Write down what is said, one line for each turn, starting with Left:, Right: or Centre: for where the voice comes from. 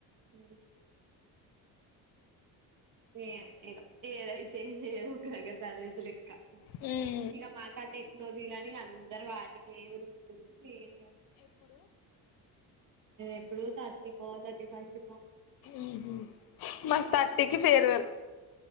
Right: మ్ ఉ ఏమొ ఇగ ఏదైతే ఏంది ఏదో ఒక దగ్గర సదివేదిలెక్క
Left: మ్
Right: ఇగ మాక టెక్నోజీలని అందరు వాటికె ఉరుకుతురు ఏం ఎప్పుడు థర్టీ కో థర్టీ ఫస్ట్ కో అంట
Left: మ్ హు మాకు థర్టీకి ఫేర్వెల్